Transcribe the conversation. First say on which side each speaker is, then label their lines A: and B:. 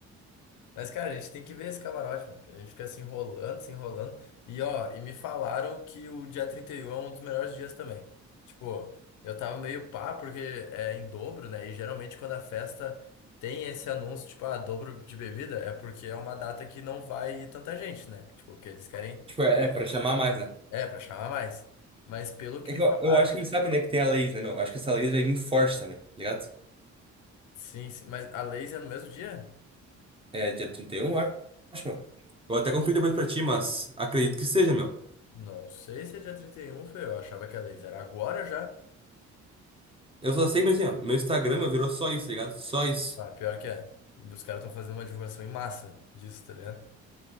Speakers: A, on the left (about 80°); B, on the right (about 20°).
A: Mas, cara, a gente tem que ver esse camarote, mano. que A gente fica se enrolando, se enrolando. E, ó, e me falaram que o dia 31 é um dos melhores dias também. Tipo, eu tava meio pá, porque é em dobro, né? E geralmente quando a festa tem esse anúncio, tipo, ah, dobro de bebida, é porque é uma data que não vai tanta gente, né? Tipo, que eles querem.
B: Tipo, é, é pra chamar mais, né?
A: É, pra chamar mais. Mas pelo que
B: É
A: me
B: que
A: falaram,
B: eu, eu acho que eles sabem, né, que tem a Lays, né, meu? Acho que essa Lays vai vir forte também, tá ligado?
A: sim, sim. Mas a Lays é no mesmo dia?
B: É dia 31, eu acho, meu. Vou até conferir depois pra ti, mas acredito que seja, meu.
A: Não sei se é dia 31 foi. Eu achava que a Lays era agora já.
B: Eu só sei, mas assim, ó, meu Instagram, meu, virou só isso, tá ligado? Só isso.
A: Ah, pior que é. Os caras estão fazendo uma divulgação em massa disso, tá ligado?